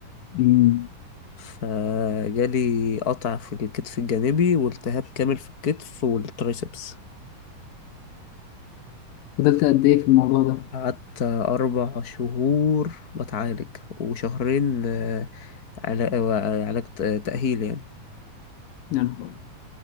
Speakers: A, on the left; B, on the left.
A: مم.
B: فجالي قطع في الكتف الجانبي والتهاب كامل في الكتف والترايسبس
A: فضلت قد ايه في الموضوع ده؟
B: قعدت أربع شهور بتعالج وشهرين آه، علا- آه، علاج ت- تأهيل يعني
A: نعم